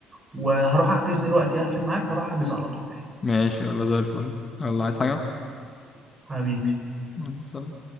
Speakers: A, on the right; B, on the left.
A: وهروح احجز دلوقتي هقفل معاك هروح احجز على طول
B: ماشي يلا زي الفل يلا عايز حاجة
A: حبيبي
B: يلا، سلام